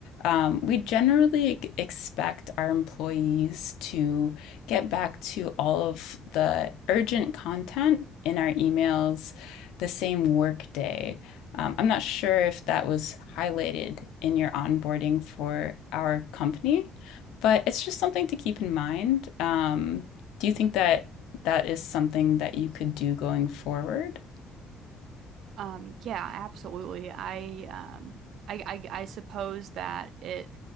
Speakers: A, on the left (about 90°); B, on the right (about 55°).
A: Um, we generally ex- expect our employees to get back to all of the urgent content in our emails the same workday. Um, I'm not sure if that was highlighted in your onboarding for our company, but it's just something to keep in mind. Um, do you think that? that is something that you could do going forward.
B: Um, yeah, absolutely. I um I, I I suppose that it